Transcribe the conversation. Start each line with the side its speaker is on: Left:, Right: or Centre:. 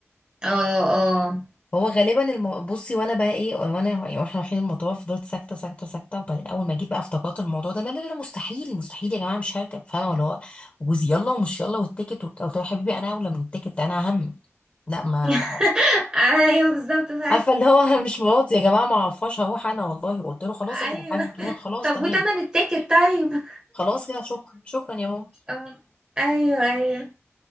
Right: اه اه
Left: هو غالبا الم... بصي وانا بقى ايه وانا يعني واحنا رايحين المطار فضلت ساكته ساكته ساكته وبعدين اول ما جيت بقى افتكرت الموضوع ده لا لا لا مستحيل مستحيل يا جماعه مش هركب فاهمه ولا هو جوزي يلا ومش يلا والتيكت وبتاع قلت له يا حبيبي انا اولى من التيكت انا اهم لا ما
Right: <laughs> ايوه بالظبط فعلا
Left: عارفه اللي هو <laughs> مش مراتي يا جماعه ما اعرفهاش هروح انا والله قلت له خلاص انت
Right: ايوه
Left: لو حابب تروح خلاص
Right: طب
Left: تمام
Right: وتمن التيكت طيب
Left: خلاص كده شكرا شكرا يا ماما
Right: اه ايوه ايوه